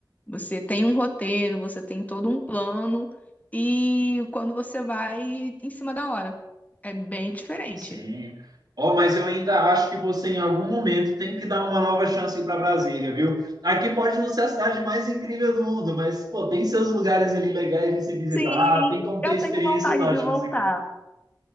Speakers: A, on the left; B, on the right.
A: Você tem um roteiro, você tem todo um plano, e quando você vai em cima da hora, é bem diferente.
B: Sim. Ó, mas eu ainda acho que você, em algum momento, tem que dar uma nova chance para Brasília, viu? Aqui pode não ser a cidade mais incrível do mundo, mas, pô, tem seus lugares ali legais de se visitar,
A: Sim,
B: tem como
A: eu
B: ter experiências
A: tenho vontade
B: ótimas
A: de voltar.
B: aqui.